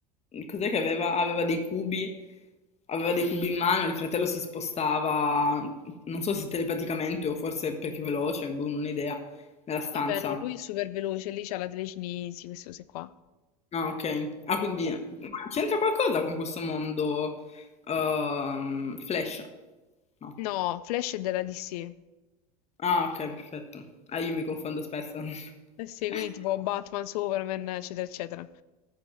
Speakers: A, on the left; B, on the left.
A: cos'è che aveva? Aveva dei cubi, aveva dei cubi in mano, il fratello si spostava, non so se telepaticamente o forse perché è veloce, boh, non ho idea, nella stanza.
B: Vabbè, no, lui è super veloce, lì c'ha la telecinesi, queste cose qua.
A: Ah, ok. Ah, quindi
B: Eh,
A: ma c'entra qualcosa con questo mondo ehm, Flash? No.
B: No, Flash è della DC.
A: Ah, ok, perfetto. Ah, io mi confondo spesso.
B: Eh sì, quindi
A: <laughs>
B: tipo Batman, Superman, eccetera, eccetera.